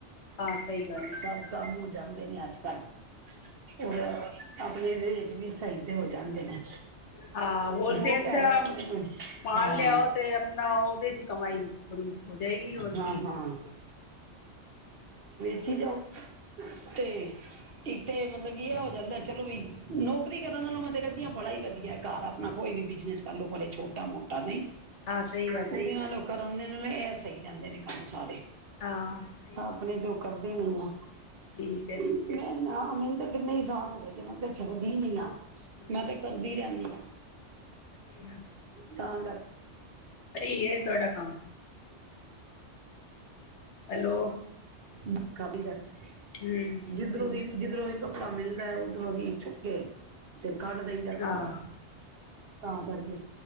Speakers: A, on the left; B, on the right.
A: ਹਾਂ ਸਹੀ ਗੱਲ ਹੈ।
B: ਸਭ ਕੰਮ ਜਾਂਦੇ ਨੇ ਅੱਜ ਕੱਲ੍ਹ ਔਰ ਆ ਆਪਣੇ ਰੇਟ ਵੀ ਸਹੀ ਤੇ ਹੋ ਜਾਂਦੇ ਨੇ,
A: ਹਾਂ ਹੋਲਸੇਲ
B: ਦੋ ਪੈਸੇ
A: ਦਾ
B: ਆਪਣੇ ਨੂੰ
A: ਮਾਲ
B: ਹਾਂ
A: ਲਿਆਓ ਤੇ ਆਪਣਾ ਉਹਦੇ ਚ ਕਮਾਈ ਥੋੜੀ ਹੋ ਜਾਏਗੀ ਹੋਰ
B: ਹਾਂ
A: ਕੀ,
B: ਹਾਂ ਜੀ ਜਾਓ,
A: ਹੂੰ,
B: ਤੇ ਇੱਕ ਤੇ ਮਤਲਬ ਕੀ ਇਹ ਹੋ ਜਾਂਦਾ ਚਲੋ ਬਈ ਨੌਕਰੀ ਕਰਨ ਨਾਲੋਂ ਮੈਂ ਤਾਂ ਕਹਦੀ ਹਾਂ ਬੜਾ ਹੀ ਵਧੀਆ ਘਰ ਆਪਣਾ ਕੋਈ ਵੀ ਬਿਜਨਸ ਕਰ ਲੋ ਛੋਟਾ ਮੋਟਾ ਨਹੀਂ।
A: ਹਾਂ, ਸਹੀ ਗੱਲ
B: ਉਹਦੇ
A: ਏ।
B: ਨਾਲੋਂ ਕਰਨ ਦੇ ਇਹ ਸਹੀ ਰਹਿੰਦੇ ਨੇ ਕੰਮ ਸਾਰੇ।
A: ਹਾਂ ਸਹੀ
B: ਆਪਣੇ
A: ਗੱਲ
B: ਤੋਂ ਕਰਦੀ ਨ ਆ
A: ਹੈ ਠੀਕ ਹੈ
B: ਤੇ ਮੈਂ ਹਾਂ ਮੈਨੂੰ ਤੇ ਕਿੰਨੇ ਹੀ ਸਾਲ ਹੋ ਗਏ ਜੇ, ਮੈਂ ਤੇ ਛੱਡਦੀ ਹੀ ਨੀ ਆਂ।
A: ਹੂੰ।
B: ਮੈਂ ਤੇ ਕਰਦੀ ਰਹਿੰਦੀ ਹਾਂ।
A: ਅੱਛਾ।
B: ਤਾਂ ਗ
A: ਸਹੀ ਏ, ਤੁਹਾਡਾ ਕੰਮ। ਹੈਲੋ।
B: ਨ ਕਾ ਵੀ ਕਰ <inaudible>
A: ਹੂੰ
B: ਜਿਧਰੂ ਵੀ ਜਿਧਰੋਂ ਵੀ ਕੱਪੜਾ ਮਿਲਦਾ ਹੈ, ਉਧਰੋਂ ਦੀ ਛੁਪ ਕੇ, ਤੇ ਕੱਢ ਦਈਦੈ ਕਪੜਾ,
A: ਹਾਂ।
B: ਤਾਂ ਕਰਕੇ